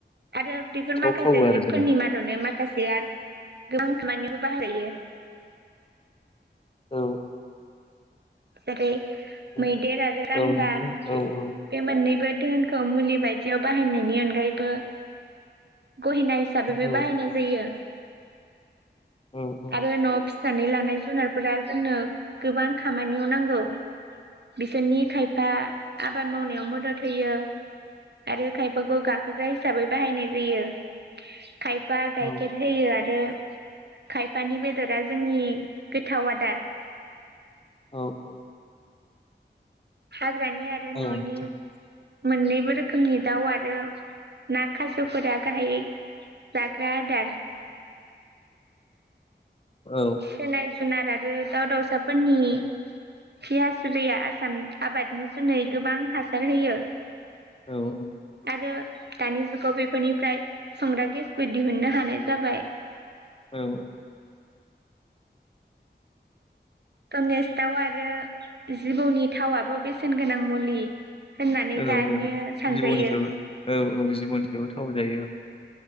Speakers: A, on the right (about 65°); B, on the left (about 30°).
A: आरो बेफोर
B: सिखाव
A: माखासे
B: खावो आरो
A: जिबफोरनि
B: जोंना
A: मादावनो माखासेया गोबां खामानियावबो बाहायजायो।
B: औ
A: जेरै
B: औ
A: मैदेर आरो गान्दा
B: औ नोंथां
A: बे
B: औ औ
A: बे मोननैबो धोहोनखौ मुलि बायदियाव बाहायनायनि अनगायैबो गहेना हिसाबैबो
B: औ
A: बाहायनाय जायो।
B: औ औ
A: आरो न' फि फिनानै लानाय जुनारफोरा जोंनो गोबां खामानियाव नांगौ। बिसोरनि खायफा आबाद मावनायाव मदद होयो आरो खायफाखौ गाखोग्रा हिसाबै बाहायनाय जायो खाय बा गाइखेर
B: औ
A: होयो आरो खायफानि बेदरा जोंनि गोथाव आदार।
B: औ औ।
A: हाग्रानि आरो न'नि
B: औ नोंथां
A: मोननैबो रोखोमनि दाउ आरो ना खासेवफोरा गाहायै जाग्रा आदार।
B: औ
A: सिनाय जुनाराथ आरो दाउ दाउसाफोरनि खि हासुदैया आसाम आबादनि जुनै गोबां हासार होयो।
B: औ औ।
A: आरो दानि जुगाव बेफोरनिफ्राय संग्रा गेसबो दिहुननो हानाय जाबाय।
B: औ।
A: धनेस दाउ आरो जिबौनि थावाबो बेसेन गोनां मुलि। होननानै
B: औ औ
A: दानियो सानजायो
B: जिबौनिसायबो औ औ जिबौनिसायबो थाव जायो औ।